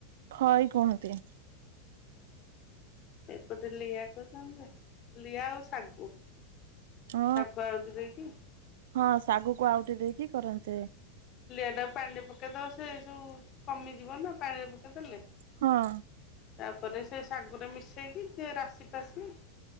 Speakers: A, on the right; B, on the left.
A: ଖଇ କୁହନ୍ତି।
B: ଏପଟେ ଲିଆ କହୁଛନ୍ତି ଯେ। ଲିଆ ଆଉ ଶାଗୁ,
A: ହଁ
B: ଶାଗୁ ଆଉଟି ଦେଇକି
A: ହଁ ଶାଗକୁ ଆଉଟି ଦେଇକି କରନ୍ତେ।
B: ଲିଆ ଟାକୁ ପାଣିରେ ପକେଇଦବ ସେ ସବୁ କମିଯିବ ନା ପାଣିରେ ପକେଇ ଦେଲେ।
A: ହଁ।
B: ତାପରେ ସେ ଶାଗୁରେ ମିଶେଇକି ସେ ରାଶି-ପାଶି